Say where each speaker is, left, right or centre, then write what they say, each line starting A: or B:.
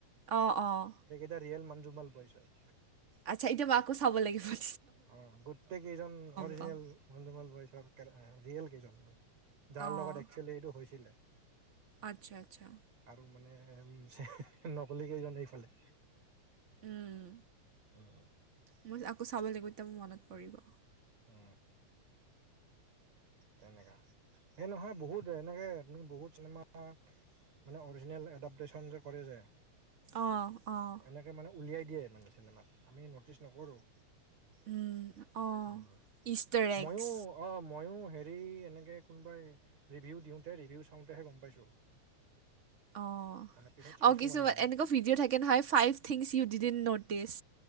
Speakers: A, on the right; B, on the right.
A: অঁ অঁ।
B: সেইকেইটা ৰিয়েল মানজুমাল বইচ হয়।
A: আচ্ছা এতিয়া মাকো চাব লাগিবই।
B: অ, গোটেই কিজন অৰিজিনেল
A: পাম
B: মঞ্জুমল বয়চৰ তেৰ য়া ৰিয়েল কেইজনমান যাৰ
A: অঁ
B: লগত একচুৱেলি এইটো হৈছিলে।
A: আচ্ছা আচ্ছা
B: আৰু মানে উ নকলি কেইজন এইফালে।
A: উম
B: উম
A: মই আকৌ চাব লাগিব তেতিয়া মোৰ মনত পৰিব।
B: অ তেনেকা সেই নহয় বহুত এনেকে আমি বহুত চিনেমা মানে অৰিজিনেল এডাপ্টেশ্যন যে কৰে যে
A: অঁ অঁ
B: এনে এই মানে উলিয়াই দিয়ে মানে চিনেমাত, আমি নটিচ নকৰোঁ।
A: উম অঁ
B: উম,
A: ইষ্টাৰ
B: ময়ো
A: এগছ
B: অ ময়ো এই এনেকৈ কোনোবাই ৰিভিউ দিওঁতে ৰিভিউ চাওঁতেহে গম পাইছো।
A: অঁ,
B: পিছত চাইছোঁ
A: অ কিছুমান
B: মানে মই,
A: এনেকুৱা ভিডিঅ' থাকে নহয় five things you did in notice